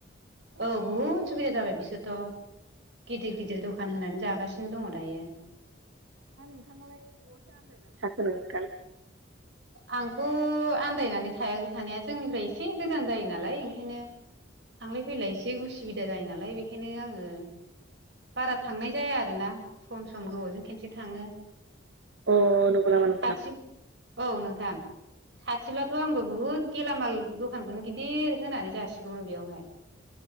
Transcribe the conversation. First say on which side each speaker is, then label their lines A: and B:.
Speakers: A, on the right; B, on the right.
A: औ बहुद सुबिदा जाबाय बिसोरथ' गिदिर गिदिर दखान होनानै जागासिनो दङ दायो
B: होनो नोंथां
A: आंथ' आन्दायनानै थायाखै थानाया जोंनिफ्राय एसे गोजान जायो नालाय ओंखायनो थांलाय फैलाय एसे उसुबिदा जायो नालाय बेखायनो आङो बारा थांनाय जाया आरोना सम सम गोबावजों खनसे थाङो
B: अ नंगौ नामा नोंथां
A: खाथि औ नोंथां खाथिब्लाथ' आंबो बुहुद गेलामाल दखानखौनो गिदिर होनानै जासिगौमोन बेयावहाय